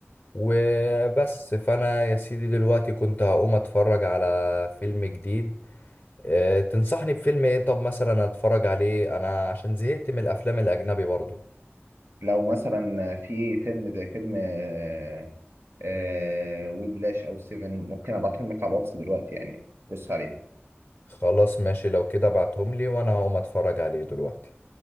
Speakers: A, on the left; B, on the right.
A: وبس فأنا يا سيدي دلوقتي كنت هقوم أتفرج على فيلم جديد أه، تنصحني بفيلم ايه طب مثلا اتفرج عليه انا عشان زهقت من الافلام الاجنبي برضو
B: لو مثلا في فيلم زي فيلم آه آه ويبلاش أو سيفن ممكن أبعتهم لك على الواتس دلوقتي يعني بص عليه
A: خلاص ماشي لو كده ابعتهم لي وانا هقوم اتفرج عليه دلوقتي